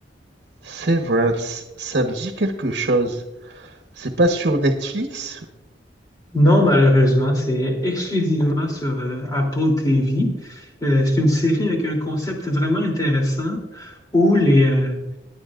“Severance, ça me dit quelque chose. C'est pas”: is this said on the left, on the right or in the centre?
Right